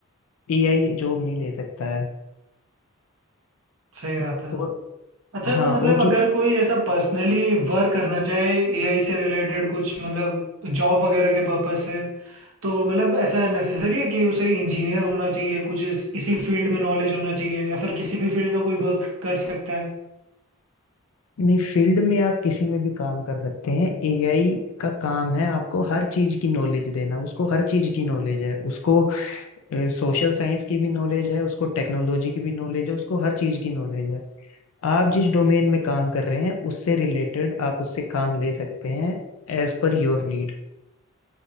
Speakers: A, on the left (about 70°); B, on the right (about 70°).
A: एआई जॉब नहीं ले सकता है
B: सही बात है
A: और
B: अच्छा
A: हाँ
B: तो मतलब
A: और जो
B: अगर कोई ऐसा पर्सनली वर्क करना चाहे एआई से रिलेटेड कुछ मतलब जॉब वगैरह के पर्पज से तो मतलब ऐसा नेसेसरी है कि उसे इंजीनियर होना चाहिए कुछ इस, इसी फील्ड में नॉलेज होना चाहिए या फिर किसी भी फील्ड का कोई वर्क कर सकता है
A: नहीं फील्ड में आप किसी में भी काम कर सकते हैं एआई का काम है आपको हर चीज की नॉलेज देना उसको हर चीज की नॉलेज है उसको सोशल साइंस की भी नॉलेज है उसको टेक्नोलॉजी की भी नॉलेज है उसको हर चीज की नॉलेज है आप जिस डोमेन में काम कर रहे हैं उससे रिलेटेड आप उससे काम ले सकते हैं एज पर योर नीड